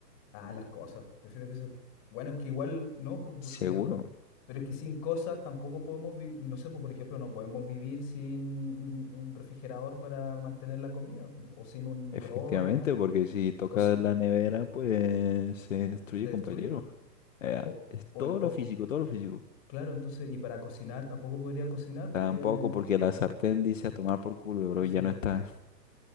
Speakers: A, on the left (about 25°); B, on the left (about 50°).
A: Ah, las cosas. Prefiero que se. Bueno, es que igual no, pues porque
B: Seguro,
A: Pero es que sin cosas tampoco podemos vivir, no sé, pues, por ejemplo, no podemos vivir sin un, un refrigerador para mantener la comida, o sin un microondas,
B: efectivamente, porque si tocas
A: o si
B: la nevera, pues se destruye,
A: se destruye.
B: compañero. Ya,
A: O,
B: Es
A: o,
B: todo
A: el- o-
B: lo físico, todo lo físico.
A: claro, entonces, y para cocinar tampoco podría cocinar porque,
B: Tampoco porque la sartén dice a tomar por culo, bro,
A: sí,
B: ya no está.